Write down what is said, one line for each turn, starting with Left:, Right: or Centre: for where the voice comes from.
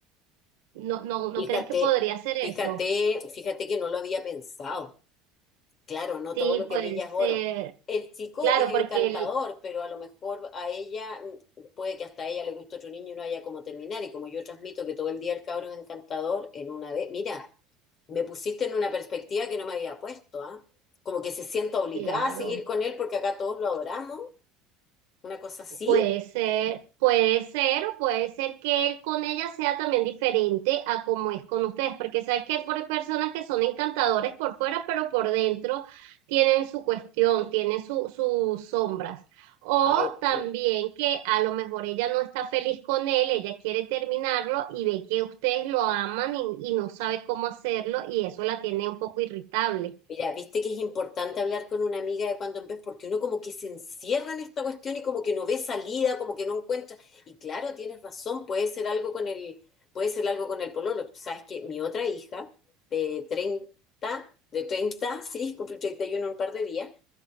Right: No no no
Left: Fíjate,
Right: crees que podría ser eso?
Left: fíjate, fíjate que no lo había pensado. Claro, no
Right: Sí,
Left: todo lo que
Right: puede
Left: brilla es oro.
Right: ser.
Left: El chico
Right: Claro,
Left: es encantador,
Right: porque el,
Left: pero a lo mejor a ella, mm, puede que hasta a ella le guste otro niño y no haya cómo terminar. Y como yo transmito que todo el día el cabro es encantador, en una vez, mira, me pusiste en una perspectiva que no me había puesto, ¿ah? Como que se sienta obligada
Right: claro.
Left: a seguir con él porque acá todos lo adoramos una cosa así.
Right: Puede ser, puede ser, o puede ser que él con ella sea también diferente a como es con ustedes, porque sabes que por personas que son encantadores por fuera, pero por dentro tienen su cuestión, tienen su- sus sombras. O
Left: Ay,
Right: también
Left: ok.
Right: que a lo mejor ella no está feliz con él, ella quiere terminarlo y ve que ustedes lo aman y, y no sabe cómo hacerlo y eso la tiene un poco irritable.
Left: Mira, viste que es importante hablar con una amiga de cuando en vez, porque uno como que se encierra en esta cuestión y como que no ve salida, como que no encuentra. Y claro, tienes razón, puede ser algo con el, puede ser algo con el pololo. Tú sabes que mi otra hija de treinta de treinta sí, cumple 31 en un par de días,